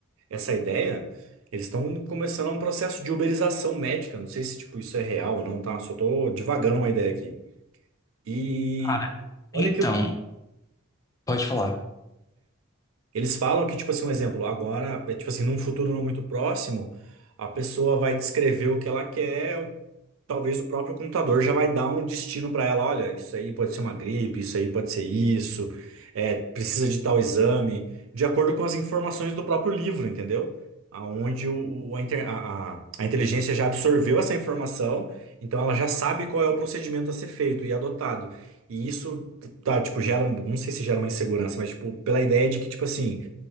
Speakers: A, on the right; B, on the left.
A: essa ideia, eles estão começando um processo de uberização médica. Não sei se tipo, isso é real ou não, tá? Só tô divagando uma ideia aqui. E
B: Cara,
A: olha
B: então,
A: que
B: pode falar.
A: eles falam que, tipo assim, um exemplo, agora, é, tipo assim, num futuro não muito próximo, a pessoa vai descrever o que ela quer, talvez o próprio computador já vai dar um destino para ela. Olha, isso aí pode ser uma gripe, isso aí pode ser isso, é, precisa de tal exame, de acordo com as informações do próprio livro, entendeu? Aonde o, o- a, inter- a, a- a inteligência já absorveu essa informação, então ela já sabe qual é o procedimento a ser feito e adotado. E isso tá, tipo, gera, não sei se gera uma insegurança, mas tipo, pela ideia de que, tipo assim,